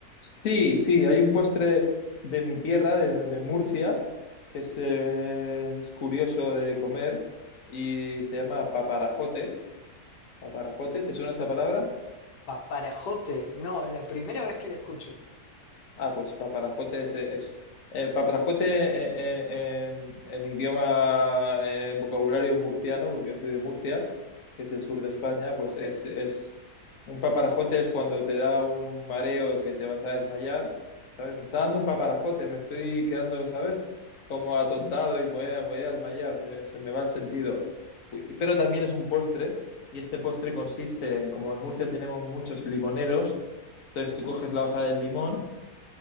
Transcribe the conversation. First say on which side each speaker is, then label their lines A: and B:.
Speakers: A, on the left (about 55°); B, on the left (about 85°).
A: Sí, sí, hay un postre de mi tierra, de, de Murcia, que es, eh, es curioso de comer y se llama paparajote. ¿Paparajote? ¿Te suena esa palabra?
B: Paparajote. No, la primera vez que la escucho.
A: Ah, pues paparajote es, es- eh, paparajote eh, eh, en, en idioma, eh, en vocabulario murciano, porque yo soy de Murcia, que es el sur de España, pues es, es un paparajote es cuando te da un mareo que te vas a desmayar, ¿sabes? Me está dando un paparajote, me estoy quedando, ¿sabes? Como atontado y me voy a, me voy a desmayar, me- se me va el sentido. Uy, Pero también es un postre, y este postre consiste en, como en Murcia tenemos muchos limoneros, entonces tú coges la hoja del limón,